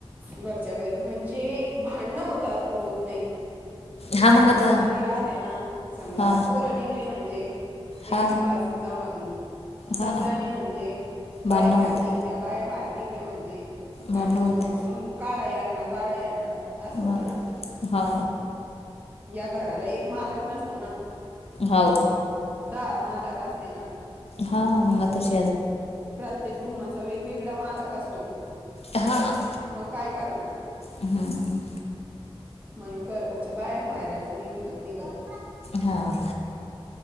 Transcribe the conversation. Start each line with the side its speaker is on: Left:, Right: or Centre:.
Right: घरच्या घरी म्हणजे भांडण होत होत नाही
Left: हा मग आता
Right: मध मध राहते ना समजा
Left: हा
Right: आता पोर निघले म्हण ते एकमेकांच
Left: हा
Right: जमत नाही
Left: हा
Right: जमला नाही म्हणजे बाया
Left: भांडण
Right: बाहेर
Left: होते
Right: निघत्या बाया बाहेर निघल्या म्हणजे भांडणं
Left: भांडण होते
Right: होता मंग काढा यांना काढा यांना असं होतं
Left: हा
Right: ना.
Left: हा
Right: या घराला एक मालक नसतो ना
Left: हाऊ
Right: दहा मालक असते ना.
Left: हा मंग आताशी
Right: प्रत्येक रूमाचा वेगवेगडा मालक असतो.
Left: हां,
Right: मंग काय करणार.
Left: हं,
Right: म्हणून घरच्या बायर बाहेर याच्या निघला निघत
Left: हां.